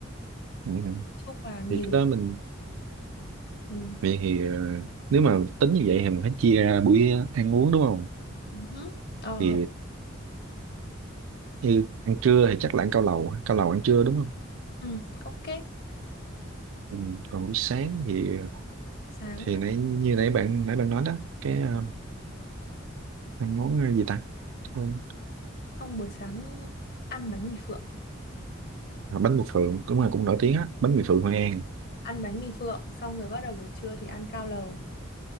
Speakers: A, on the right; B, on the left.
A: ừ.
B: chúc là nhìn
A: thì cái đó mình
B: ừ.
A: vậy thì ờ, nếu mà tính như vậy thì mình phải chia ra buổi ăn uống đúng không
B: Ừ. ờ
A: thì
B: hợp
A: như ăn trưa thì chắc là ăn cao lầu ha. cao lầu ăn trưa đúng không
B: ừ. ok
A: ừ. còn buổi sáng thì
B: sáng
A: thì nãy như nãy bạn nãy bạn nói đó cái ờ, ăn món ờ, gì ta Quên.
B: Không, buổi sáng ăn bánh mì phượng,
A: À, bánh mì phượng cũng là cũng nổi tiếng á bánh mì phượng Hội An
B: ăn bánh mì phượng xong rồi bắt đầu buổi trưa thì ăn cao lầu.